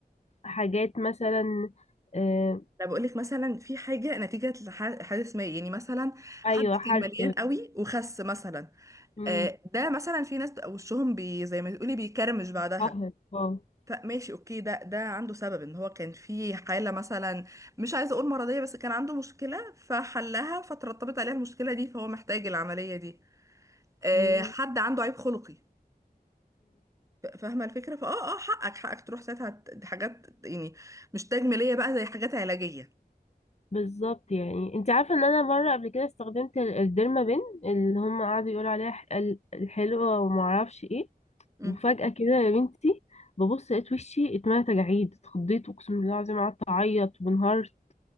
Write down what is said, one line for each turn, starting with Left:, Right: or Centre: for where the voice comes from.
Left: حاجات مثلا آه
Right: انا بقول لك مثلا في حاجه نتيجه لح- حادث ما يعني مثلا
Left: ايوه
Right: حد
Left: حرق
Right: كان مليان قوي وخس مثلا
Left: امم
Right: آه، ده مثلا في ناس بقى وشهم بي زي ما تقولي بيكرمش بعدها
Left: اه آه، بالظبط
Right: ف- ماشي اوكي ده ده عنده سبب ان هو كان في حالة مثلا مش عايزة اقول مرضية بس كان عنده مشكلة فحلها فترتبت عليها المشكلة دي فهو محتاج العملية دي آه،
Left: مم،
Right: حد عنده عيب خلقي ف- فاهمة الفكرة فاه اه حقك حقك تروح ساعتها ت- دي حاجات يعني مش تجميلية بقى زي حاجات علاجية
Left: بالظبط يعني انت عارفه ان انا مره قبل كده استخدمت ال- الديرما بين اللي هم قعدوا يقولوا عليها ح- ال- الحلوه وما اعرفش ايه
Right: مم.
Left: وفجأة كده يا بنتي ببص لقيت وشي اتملى تجاعيد اتخضيت اقسم بالله العظيم قعدت اعيط وانهارت